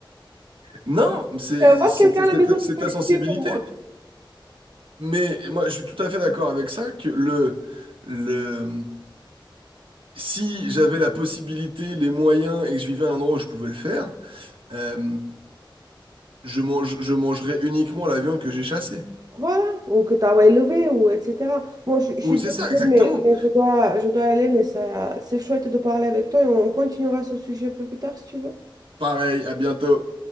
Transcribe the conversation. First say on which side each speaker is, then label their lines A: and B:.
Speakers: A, on the right; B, on the right.
A: Non, c'est
B: Je vais avoir
A: c'est-
B: quelqu'un
A: c'est-
B: à la maison
A: ta
B: qui
A: c'est
B: peut
A: ta
B: les
A: sensibilité.
B: tuer pour moi.
A: Mais moi, je suis tout à fait d'accord avec ça, que le, le, si j'avais la possibilité, les moyens et que je vivais à un endroit où je pouvais le faire, euh, je mange, je mangerais uniquement la viande que j'ai chassée.
B: Voilà, ou que tu as élevé, ou etc. Bon, je, je suis
A: Ou c'est
B: désolée,
A: ça, exactement.
B: mais, mais je dois, je dois aller, mais ça, c'est chouette de parler avec toi et on continuera ce sujet plus plus tard si tu veux.
A: Pareil, à bientôt.